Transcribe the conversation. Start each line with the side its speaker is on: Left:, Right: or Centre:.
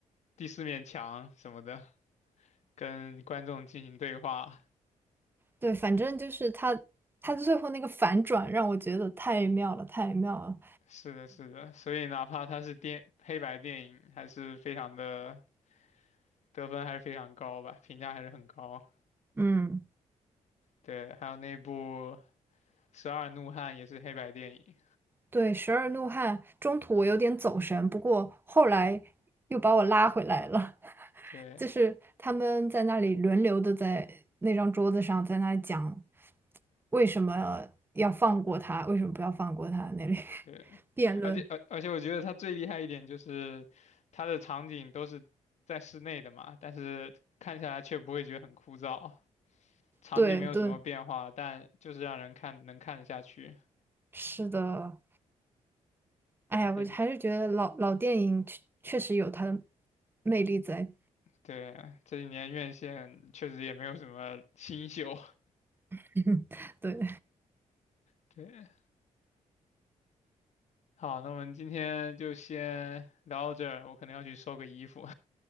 Left: 第四面墙什么的，跟观众进行对话。
Right: 对，反正就是他它最后那个反转让我觉得太妙了，太妙了。
Left: 是的，是的，所以哪怕他是电黑白电影，还是非常的得分还是非常高吧，评价还是很高。
Right: 嗯
Left: 对，还有那部十二怒汉也是黑白电影，
Right: 对，《十二怒汉》中途我有点走神，不过后来又把我拉回来了。<laughs>
Left: 对
Right: 就是他们在那里轮流的在那张桌子上，在那里讲为什么要放过他，为什么不要放过他那里 <laughs>
Left: 对，
Right: 辩论。
Left: 而且而而且我觉得它最厉害一点就是它的场景都是在室内的嘛，
Right: <laughs>
Left: 但是看起来却不会觉得很枯燥，场景没有什么变化，
Right: 对对，
Left: 但就是让人看能看得下去。
Right: 是的。哎呀，我还是觉得老老电影确确实有它的
Left: 嗯，
Right: 魅力在。
Left: 对，这几年院线确实也没有什么新秀。
Right: <laughs> 对，
Left: 对，好，那我们今天就先聊到这儿，我可能要去收个衣服，